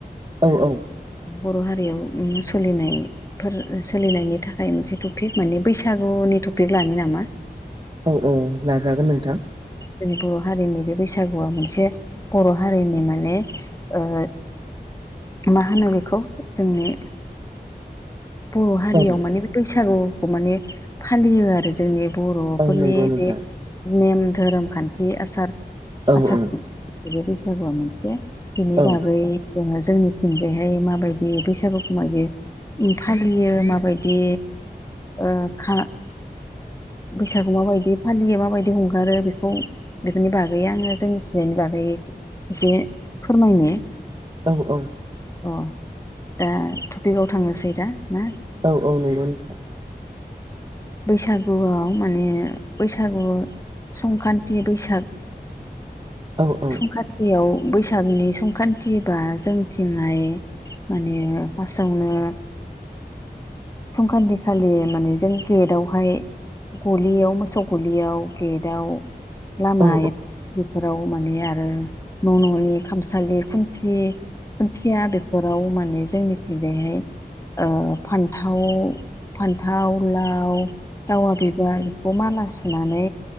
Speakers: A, on the right; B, on the left.
A: औ औ
B: बर' हारियावनो सलिनाय फोर सोलिनायनि थाखाय मोनसे टपिक माने बैसागुनि टपिक लानो नामा?
A: औ औ लाजागोन नोंथां।
B: जोंनि बर' हारिनि बे बैसागुआ मोनसे बर' हारिनि माने ओ मा होनो बेखौ जोंनि बर' हारियाव
A: औ
B: माने बे बैसागुखौ माने फालियो आरो जोंनि बर'फोरनि
A: औ नंगौ नोंथां
B: बे नेम धोरोम खान्थि आसार
A: औ
B: आसार
A: औ
B: खान बिदि बैसागुआ मोनसे बिनि
A: औ
B: बागै जोंहा जोंनिथिंजायहाय माबायदि बैसागुखौ मादि फालियो माबायदि ओ खा बैसागु माबायदि फालियो माबायदि हंगारो बेखौ बेफोरनि बागै आङो जोंमिथिनायनि बागै एसे फोरमायनो
A: औ औ
B: अ दा टपिकआव थांनोसै दा ना
A: औ औ नंगौ नोंथां
B: बैसागुआव माने बैसागु संक्रान्ति बैसागु
A: औ औ
B: संख्रान्तियाव बैसागनि संख्रान्ति बा जोंथिंहाय माने फासआवनो संख्रान्थिखालि मानि जों गेटआवहाय गलियाव मोसौ गलियाव गेटआव लामाया
A: औ
B: बेफोराव माने आरो न' न'नि खामसालि खुन्थि खुन्थिया बेफोराव माने जोंनि खैजायहाय ओ फान्थाव फान्थाव लाव दावा बिबार बेखौ माला सुनानै